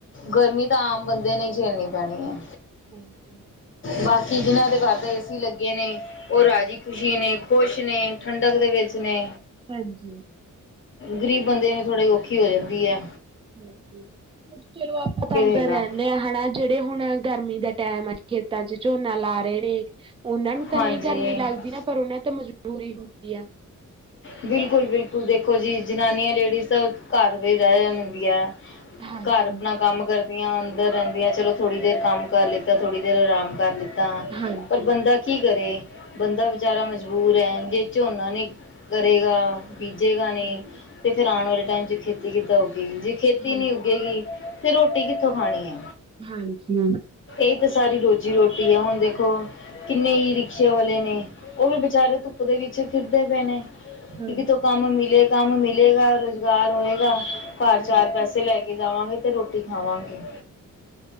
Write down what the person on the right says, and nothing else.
ਹਾਂਜੀ
ਹਾਂਜੀ।
ਹਾਂਜੀ। ਚਲੋ, ਆਪਾਂ ਤਾਂ ਅੰਦਰ
ਰਹਿਣੇ ਆ ਹਨਾ। ਜਿਹੜੇ ਹੁਣ ਗਰਮੀ ਦਾ ਟੈਮ ਆ, ਖੇਤਾਂ 'ਚ ਝੋਨਾ ਲਾ ਰਹੇ ਨੇ, ਉਹਨਾਂ ਨੂੰ ਤਾਂ
ਨਹੀਂ ਗਰਮੀ ਲੱਗਦੀ ਨਾ, ਪਰ ਉਹਨਾਂ ਤਾਂ ਮਜਬੂਰੀ ਹੁੰਦੀ ਆ।
ਹਾਂਜੀ।
ਹਾਂਜੀ
ਹਾਂਜੀ ਹਾਂਜੀ
ਹਾਂਜੀ।
ਹਾਂਜੀ ਹਾਂਜੀ
ਹਾਂਜੀ।
ਹਾਂਜੀ। ਹਾਂਜੀ
ਹਾਂਜੀ।